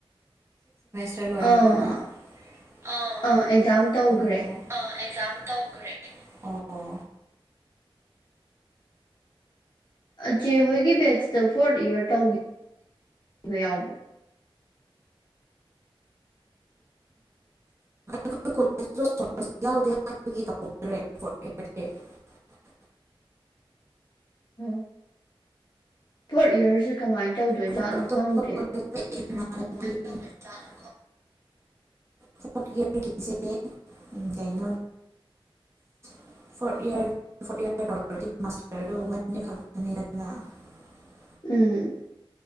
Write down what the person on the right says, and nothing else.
ꯇ ꯂꯣꯏꯔꯕꯅ
ꯑꯣ
ꯑꯩꯈꯣꯏ ꯀꯣ ꯌꯥꯎꯗꯦ ꯍꯥꯏꯕꯒꯤ ꯇꯧꯇ꯭ꯔꯦ
ꯑꯗꯣ ꯑꯇꯣꯞꯄ
ꯀꯣꯂꯦꯖꯇ <unintelligible> ꯐꯣꯔꯔꯒꯤꯁꯦ ꯀꯩꯅꯣ
<unintelligible>